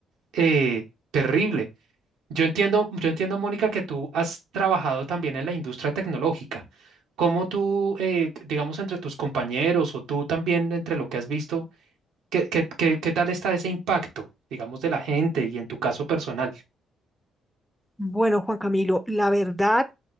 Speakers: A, on the right (about 80°); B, in the centre.
A: eh, terrible. Yo entiendo, yo entiendo, Mónica, que tú has trabajado también en la industria tecnológica. ¿Cómo tú, eh, digamos, entre tus compañeros o tú también, entre lo que has visto, qué, qué, qué, qué tal está ese impacto, digamos, de la gente y en tu caso personal?
B: Bueno, Juan Camilo, la verdad,